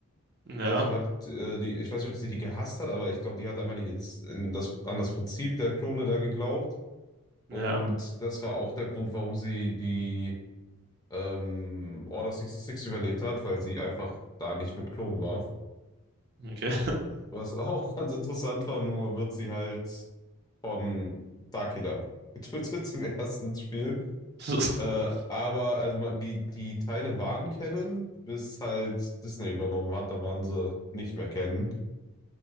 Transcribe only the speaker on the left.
Also hat äh, die, ich weiß nicht, ob sie die gehasst hat, aber ich glaube, die hat einfach nicht ins, in das, an das Prinzip der Klone da geglaubt. Und
das war auch der Grund, warum sie die ähm, Order 66 überlebt hat, weil sie einfach da nicht mit Klonen war.
Was auch <laughs> ganz interessant war, nur wird sie halt von Darkiller getötet <laughs> im ersten Spiel.
Äh, aber also ma- die, die Teile waren Canon, bis halt Disney übernommen hat, da waren sie nicht mehr Canon.